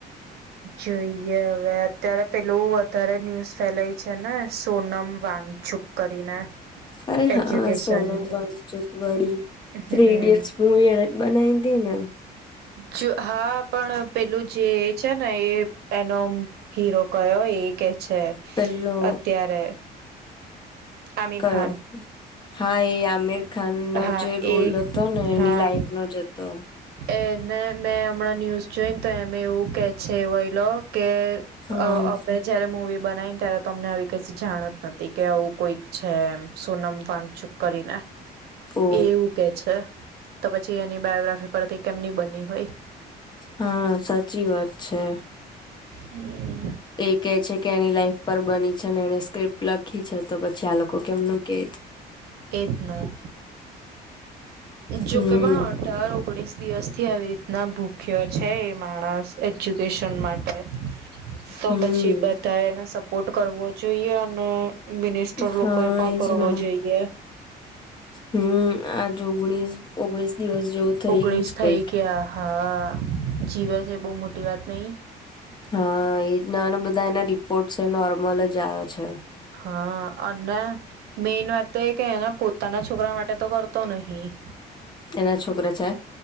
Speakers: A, on the right (about 70°); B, on the left (about 25°).
A: જોઈએ હવે અત્યારે પેલું વધારે ન્યુઝ ફેલાઈ છે ને સોનમ વાગ છુપ કરીને.
B: અરે હા
A: એજ્યુકેશનની
B: સોનમ વાન્ગચુક વળી
A: હમ
B: થ્રી ઇડિયટ્સ મૂવી એણે જ બનાઈ તીને.
A: જો હા પણ પેલું જે છે ને એ એનો હીરો કયો એ કે છે
B: પેલો
A: અત્યારે આમિર
B: કયો
A: ખાન
B: હા એ આમિર ખાનનો
A: હા
B: જે રોલ
A: એ
B: હતો ને એની
A: હા
B: લાઈફ નો જ હતો.
A: એને મેં હમણાં ન્યૂઝ જોઈને તો એમે એવું કે છે અવયલો કે
B: હા
A: અ અમે જયારે મૂવી બનાવીને ત્યારે તમને આવી કશી જાણ જ નતી કે આવું કોઈક છે એમ સોનમ વાન્ગચુક. કરીના
B: ઓ
A: એ એવું કે તો પછી એની બાયોગ્રાફી પરથી કેમની બની હોય?
B: હા સાચી વાત છે.
A: હમ
B: એ કે છે કે એની લાઈફ પર બની છે ને એને સ્ક્રિપ્ટ લખી છે તો પછી આ લોકો કેમનું કે
A: એ ના જોકે
B: હમ
A: પણ અઢાર ઓગણીસ દિવસ થી આવી રીતના ભૂખ્યો છે એ માણસ એજ્યુકેશન માટે તો
B: હમ
A: પછી બધા એને ટ કરો જોઈએ અને મિનિસ્ટર
B: હા
A: લોકોએ પણ
B: એજ
A: કરવો
B: ને
A: જોઈએ.
B: હમ આજ ઓગણીસ ઓગણીસ દિવસ જેવું થઈ
A: ઓગણીસ
B: ગયું છે
A: થઈ
B: કઈક
A: ગયા હા જીવે છે બહુ મોટી વાત નઈ
B: હા એજ ના અને બધા એના રિપોર્ટસ એ નોર્મલ જ આવ છે.
A: હા અને મેઈન વાત તો એ કે ને પોતાના છોકરા માટે તો કરતો નહીિ-
B: એના છોકરા છે.